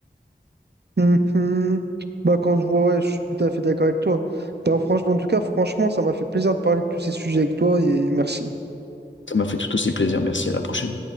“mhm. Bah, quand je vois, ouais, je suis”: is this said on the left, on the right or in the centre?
Right